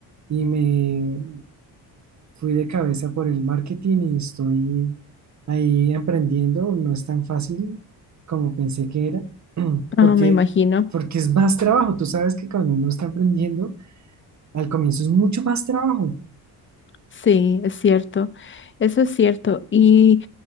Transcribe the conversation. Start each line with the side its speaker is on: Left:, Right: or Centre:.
Right: y me fui de cabeza por el marketing y estoy ahí emprendiendo. No es tan fácil como pensé que era, <clears throat>
Left: Ah,
Right: porque,
Left: me imagino.
Right: porque es más trabajo. Tú sabes que cuando uno está emprendiendo, al comienzo es mucho más trabajo.
Left: Sí, es cierto. Eso es cierto. Y,